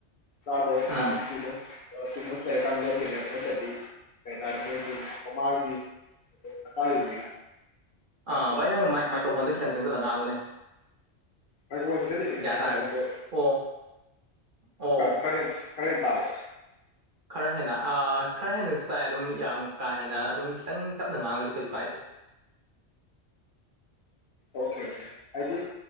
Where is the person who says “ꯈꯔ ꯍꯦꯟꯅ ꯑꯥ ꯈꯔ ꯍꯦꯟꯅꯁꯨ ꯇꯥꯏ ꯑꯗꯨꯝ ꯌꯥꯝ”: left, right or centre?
Right